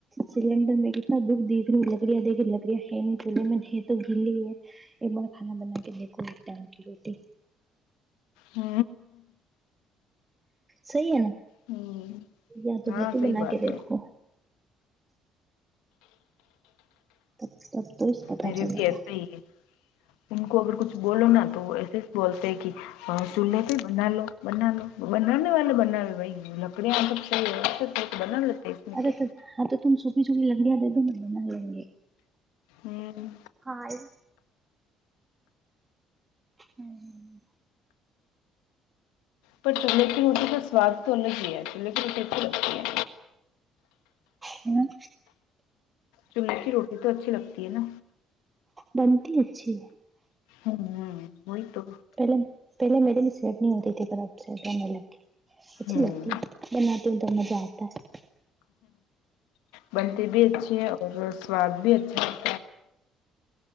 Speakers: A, on the right (about 25°); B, on the left (about 80°).
A: سلینڈر کتنے ہے دکھلو لکڑیا دیکھیے لکڑیا ہے نہیں چولہے میں تو گ ہے ایک بار کانا بنا کے دیکھو ٹن کی روٹی
B: ہ
A: صحیح ہے
B: ہوں
A: یا تو
B: ہاں
A: بی ہی
B: صحیح
A: بنا
B: بات
A: کے دیکھو
B: ہے
A: تب تب تو اس پتا
B: میرے
A: چلے
B: بھی ایسا
A: گا
B: ہی ہے ان کو اگر کچھ بولو نا تو وہ ایسے ہی بولتے کہ اور چولہے پہ بنا لو بنا لو بنانے والے بناو بھائی لکدیا بنا اسم
A: ارے
B: کے
A: تو ہاں تو تم سوکھی سوکھی لکڑیاں دے دو میں بنا لیں گے
B: ہوں
A: ہاں ہوں ہ
B: پر چولے کی روٹی کا سواد تو ان کی ہی ہے چے کی روٹی ات لگتی ہے
A: ہوں
B: چلہے کی روٹی تو اچھی لگتی ہے نا
A: بنتی اچھی ہے
B: ہوں ہ وہئی تو
A: پہلے پہلے میڈ بھی سیٹ نہیں ہوتی تھی پر اب سیٹ بنے لگ گ اچھی
B: ہوں
A: لگتی ہے بناتی ہوں تو مزہ آتا ہے
B: بنتی بھی اچھی ہے اور سواد بھی اچھا ہےن